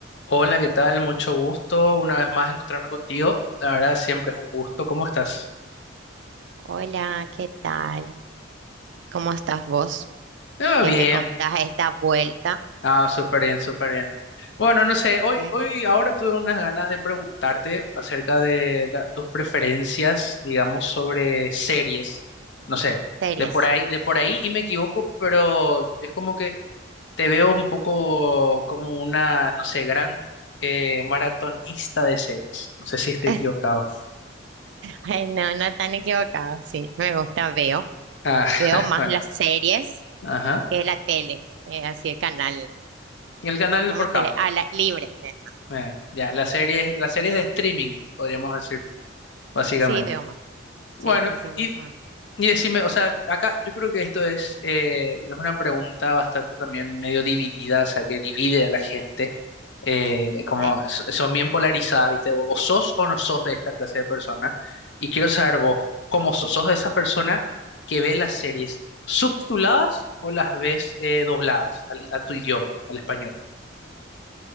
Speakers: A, on the left; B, on the right.
A: Hola, ¿qué tal? Mucho gusto una vez más encontrarme contigo. La verdad, siempre es un gusto. ¿Cómo estás?
B: Hola, ¿qué tal? ¿Cómo estás vos?
A: Ah,
B: ¿Qué
A: bien.
B: me contás a esta vuelta?
A: Ah, súper bien, súper bien. Bueno, no sé, hoy,
B: ¿Qué
A: hoy, ahora tuve unas ganas de preguntarte acerca de la- tus preferencias, digamos, sobre series. No sé,
B: series?
A: de por ahí, de por ahí y me equivoco, pero es como que te veo un poco como una, no sé, gran eh, maratonista de series. No sé si estoy
B: <laughs>
A: equivocado.
B: Ay, no, no tan equivocado. Sí, me gusta, veo.
A: Ah, <laughs>
B: Veo más
A: bueno,
B: las series
A: ajá.
B: que la tele, eh, así el canal,
A: El canal
B: ¿cómo
A: por
B: se
A: cable.
B: dice? Ah, la, libre. eh.
A: Eh, ya, las series, las series de streaming, podríamos decir, básicamente.
B: Sí, veo más.
A: Bueno,
B: Sí, así mismo.
A: y, y decime, o sea, acá yo creo que esto es, eh, es una pregunta bastante también medio dividida, o sea, que divide a la gente. eh, como
B: Sí.
A: so- son bien polarizadas, ¿viste? O, o sos o no sos de esta clase de persona. Y quiero saber vos, ¿cómo sos? ¿Sos de esa persona que ve las series subtituladas o las ves eh, dobladas al- a tu idioma, al español?